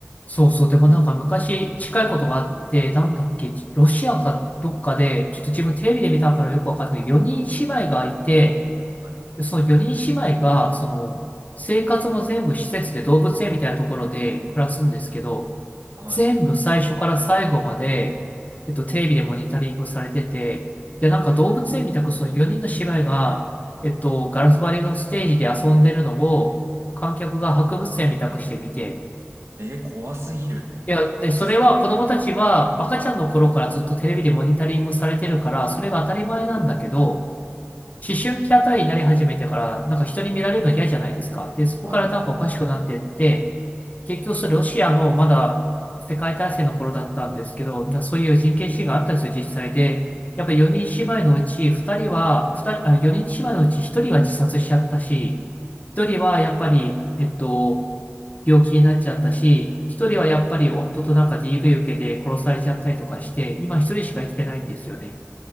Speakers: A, on the left; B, on the right.
A: そうそう、でもなんか昔近いことがあって、
B: 絶対。
A: なんだっけ、ロシアかどっかで、ちょっと自分テレビで見たからよくわかんないけど、4人姉妹がいて、
B: はい。
A: で、その4人姉妹が、その、生活も全部施設で動物園みたいなところで暮らすんですけど、
B: はい。
A: 全部最初から最後まで、えっと、テレビでモニタリングされてて、で、なんか動物園みたくその4人の姉妹が、えっと、ガラス張りのステージで遊んでるのを、観客が博物園みたくして見て、
B: えー怖すぎる。
A: いや、で、
B: マジっすか
A: それは子供たちは赤ちゃんの頃からずっとテレビでモニタリングされてるから、それが当たり前なんだけど、思春期あたりになり始めてから、なんか人に見られるの嫌じゃないですか。で、そこからなんかおかしくなってって、
B: はい。
A: 結局それロシアのまだ世界大戦の頃だったんですけど、なそういう人権侵害があったんですよ、実際で。やっぱり4人姉妹のうち2人は、2人、あ、4人姉妹のうち1人は自殺しちゃったし、1人はやっぱり、えっと、病気になっちゃったし、1人はやっぱり夫となんか DV 受けて殺されちゃったりとかして、今1人しか生きてないんですよね。